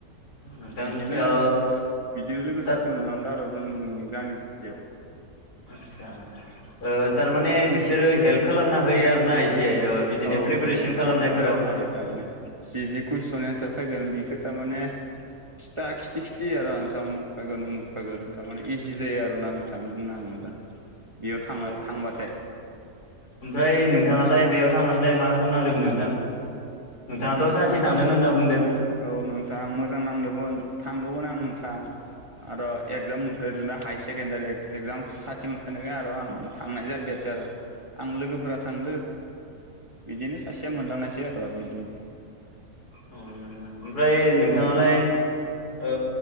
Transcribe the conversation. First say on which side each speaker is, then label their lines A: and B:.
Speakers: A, on the left; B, on the right.
A: नोंथां
B: बिदिनो
A: ओ
B: बिदिनो लोगो
A: थार
B: सासे मोनलांदों आरो जोंनि गामि खाथियाव
A: आटसा ओ थारमाने बिसोरो हेल्प खालामना होयो आरोना एसे ओ बिदिनो
B: औ
A: प्रिपारेसन
B: औ नोंथां
A: खालामनायफोराव
B: हेल्प खालामनो हायो थारमाने जि जि कुइसन एन्सार फैगोन बेखौ थारमाने खिथा खिथि खिथि होयो आरो नोंथां उमुख फैगोन उमुख फैगोन थारमाने इजि जायो आरो ना नोंथां बुंनो थाङोब्ला बेयाव थाङो
A: औ
B: थांबाथाय
A: ओमफ्राय नोंथाङालाय बेयाव थांनानैलाय मा रोखोम नांदोंमोन नोंथां नोंथाङाथ'
B: नोंथां
A: सानसे थांदों होनना बुंदों
B: औ नोंथां मोजां नांदोंमोन थांगौमोन आं नोंथां आरो एगजाम मोनफेरनो हायार सेकेणडारि एगजाम खाथि मोनफैनायखाय आरो आं थांनाय जादायासै आरो आं लोगोफोरा थांदो बिदिनो सासेया मोनलांनायसै आरो बिदिनो
A: औ नोंथां ओमफ्राय नोंथाङालाय ओ